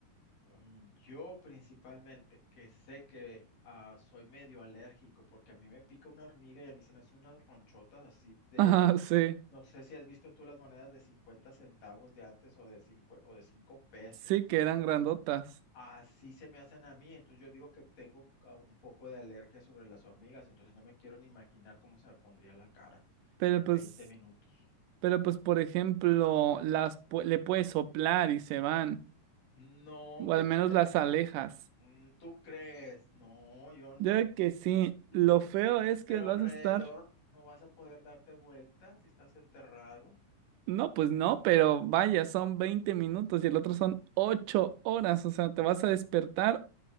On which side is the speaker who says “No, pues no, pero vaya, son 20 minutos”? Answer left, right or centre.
Right